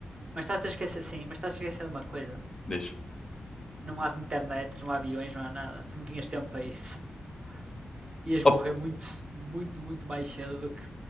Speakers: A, on the right (about 35°); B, on the left (about 20°).
A: Mas estás a esquecer, sim, mas estás a esquecer de uma coisa.
B: Diz.
A: Não há internet, não há aviões, não há nada. Tu não tinhas tempo para isso. <laughs> Ias morrer
B: Oh, por
A: muito, muito, muito mais cedo do que.